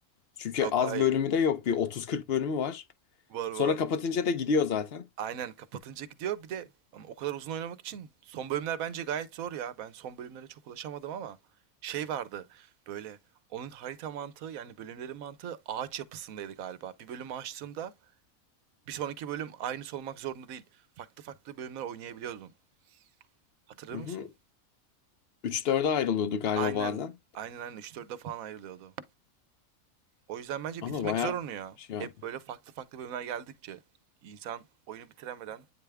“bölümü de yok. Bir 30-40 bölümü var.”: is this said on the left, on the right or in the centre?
Left